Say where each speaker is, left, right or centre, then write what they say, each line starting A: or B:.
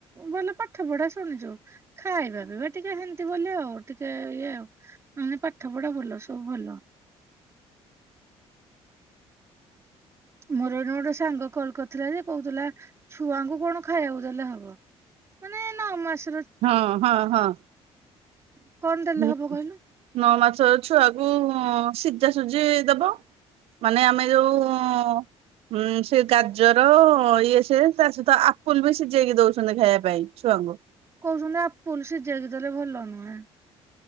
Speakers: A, on the right (about 25°); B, on the right (about 60°).
A: ଭଲ ପାଠ ପଢା ଶୁଣିଛୁ ଖାଇବା ପିଇବା ଟିକେ ଏନ୍ତ ବୋଲି ଆଉ ଟିକେ ଇଏ ପାଠ ପଢା ଭଲ ସବୁ ଭଲ ମୋର ଏଣ ଗୋଟେ ସାଙ୍ଗ କଲ କରିଥିଲା ଯେ କହୁଥିଲା ଛୁଆଙ୍କୁ କଣ ଖାଇବାକୁ ଦେଲେ ହବ ମାନେ ନଅମାସ
B: ହଁ ହଁ ହଁ
A: <inaudible>
B: ହୁଁ
A: ହବ କହିଲୁ
B: ନଅ ମାସ ଅଛୁ ଆ <unintelligible> ସିଝା ସୁଝି ଦବ ମାନେ ଆମେ ଯୋଉ ସେ ଗାଜର ଇଏ ସ ତା ସହିତ ଆପୁଲ ବି ସିଝେଇକି ଦଉଛନ୍ତି ଖାଇବା ପାଇଁ ଛୁଆଙ୍କୁ
A: କହୁଛନ୍ତି ଆ ପଲସ ଯାଇକି ଦେଲେ ଭଲ ନୁହେଁ।